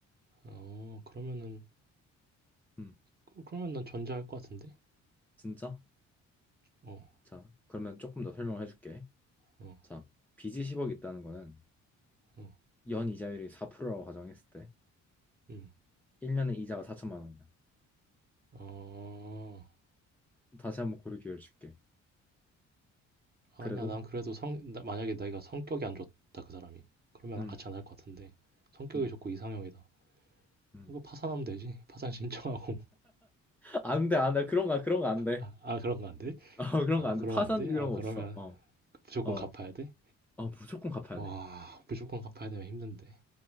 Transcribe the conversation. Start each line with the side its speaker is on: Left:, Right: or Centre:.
Right: 어, 그러면은,
Centre: 응.
Right: 그- 그러면 난 전자할 것 같은데?
Centre: 진짜?
Right: 어,
Centre: 자, 그러면 조금 더 설명을 해줄게.
Right: 어,
Centre: 자, 빚이 10억 있다는 거는
Right: 어,
Centre: 연 이자율이 4%라고 가정했을 때
Right: 음.
Centre: 1년에 이자가 4천만 원이야.
Right: 어,
Centre: 다시 한번 고를 기회를 줄게.
Right: 아니야.
Centre: 그래도?
Right: 난 그래도 성, 나- 만약에 내가 성격이 안 좋다, 그 사람이. 그러면
Centre: 음,
Right: 같이 안 할 것 같은데. 성격이
Centre: 음,
Right: 좋고 이상형이다.
Centre: 음.
Right: 이거 파산하면 되지. 파산 신청하고. <laughs>
Centre: 안 돼, 안 돼. 그런 거, 그런 거 안 돼.
Right: 아, 아, 그런 거 안 돼?
Centre: 어, <laughs> 그런
Right: 아,
Centre: 거 안
Right: 그러면
Centre: 돼. 파산
Right: 안 돼?
Centre: 그런
Right: 아,
Centre: 거
Right: 그러면
Centre: 없어. 어,
Right: 무조건
Centre: 어,
Right: 갚아야 돼?
Centre: 어, 무조건 갚아야
Right: 와,
Centre: 돼.
Right: 무조건 갚아야 되면 힘든데.